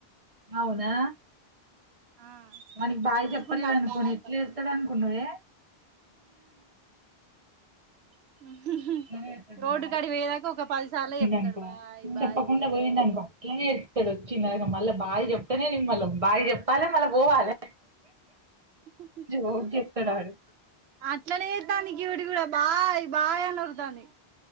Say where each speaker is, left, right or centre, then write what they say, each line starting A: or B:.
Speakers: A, on the right (about 35°); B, on the right (about 75°).
A: అవునా
B: ఆ
A: మనకి బావి
B: మొత్తుకుంటాండు
A: చెప్పలేదు అనుకోని
B: బాయ్
A: ఎట్లా
B: బాయ్
A: ఇతాడు అనుకున్నావే
B: అని
A: <unintelligible>
B: రోడ్డు కాడికి పోయేదాకా ఒక పది సార్లు చెప్తాడు
A: అనుకో
B: బాయ్ బాయ్
A: చెప్పకుండా పోయిండనుకో అట్లనే ఇస్తాడు వచ్చింది మళ్ళీ బావి చెప్తనే న మళ్ళీ బావి చెప్పాలి మళ్ళా పోవాలి
B: <unintelligible>
A: జోక్ చేస్తాడు ఆడు
B: బాయ్ బయ <unintelligible>